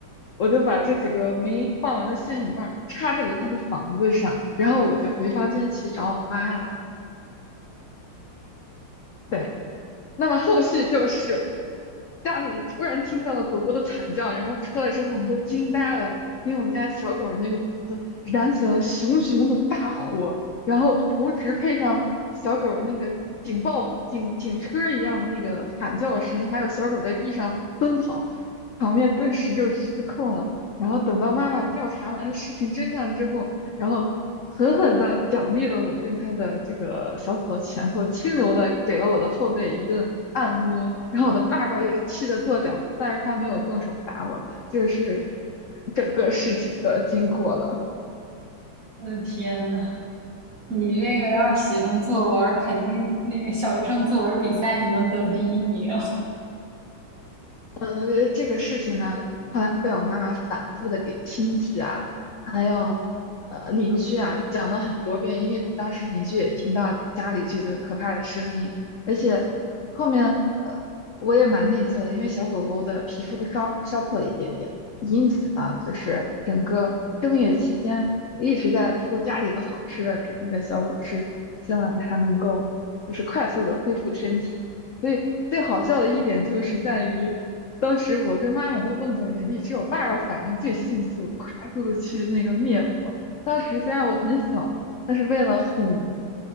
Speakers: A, on the left; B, on the right.
A: 我就把这几个没放完的仙女棒插在了它的房子上，然后我就回房间去找我妈了。对。那么后续就是家里突然听到了狗狗的惨叫，然后出来之后我们都惊呆了，因为我们家小狗儿那个房子燃起了熊熊的大火，然后同时配上小狗儿那个警报警警车儿一样的那个喊叫声，还有小狗儿在地上奔跑，场面顿时就失控了。然后等到妈妈调查完事情真相之后，然后狠狠地奖励了我，用他的这个小小的拳头轻柔地给了我的后背一顿按摩，然后我的爸爸也气得跺脚，但是他没有动手打我，这是整个事情的经过了。
B: 我的天呐，你这个要是写成作文儿肯定那个小学生作文比赛你能得第一名，
A: 呃，这个事情呢，后来被我妈妈反复的给亲戚啊，还有呃邻居啊讲了很多遍，因为当时邻居也听到家里这个可怕的声音，而且后面呃我也蛮内疚的，因为小狗狗的皮肤烧烧破了一点点，因此呢，就是整个正月期间，我一直在偷家里的好吃的给那个小狗吃，希望它能够就是快速的恢复身体。所以最好笑的一点就是在于。当时我跟妈妈都愣在原地，只有爸爸反应最迅速，快速的去那个灭火。当时虽然我很小，但是为了哄，